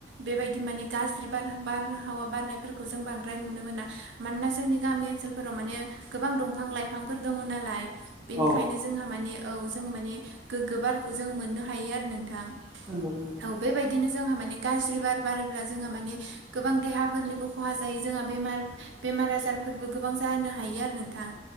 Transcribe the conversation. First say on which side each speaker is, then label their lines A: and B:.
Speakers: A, on the right; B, on the right.
A: बेबायदि माने गाज्रि बार-बार-बारहावा बारनायफोरखौ जों बांद्राय नुनो मोना। मानोना जोंनि गामि ओनसोलफोराव माने गोबां दंफां लाइफांफोर दङ नालाय। बेनिखायनो
B: औ
A: जोंहा माने औ जोङो माने गोग्गो बारखौ जों मोननो हायो आरो नोंथां।
B: नंगौ नंगौ
A: औ बेबायदिनो जोंहा माने गाज्रि बार बारो ब्ला जोंहा माने गोबां देहाफोरनिबो खहा जायो जोंहा बेमार बेमार आजारफोरबो गोबां जानो हायो आरो नों थां